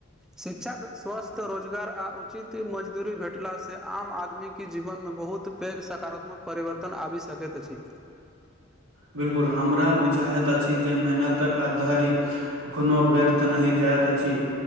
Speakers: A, in the centre; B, on the right.
A: शिक्षा स्वस्थ रोजगार आ उचित मजदूरी भेटलासँ आम आदमीके जीवन में बहुत पैघ सकारात्मक परिवर्तन आबि सकैत अछि
B: बिल्कुल हमरा बुझाईत अछि जे मेहनतक आ धैर्य कखनो व्यर्थ नहि जाइत अछि